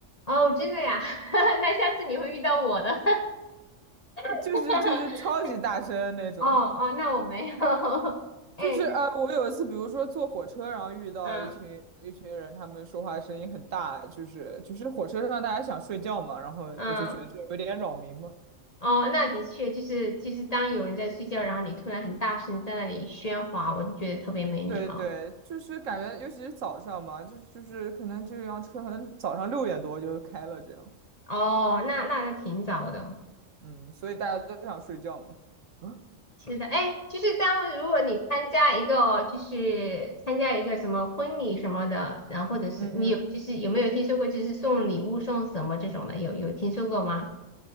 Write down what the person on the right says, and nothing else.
就是就是超级大声那种。
就是呃，
我有一次，比如说坐火车，然后遇到一群一群人，
他们说话声音很大，就是就是火车上大家想睡觉嘛，然后我就觉得这有点扰民嘛。
对对，就是感觉尤其是早上嘛，就就是可能这辆车可能早上六点多就开了这样，
嗯，所以大家都想睡觉嘛。嗯
嗯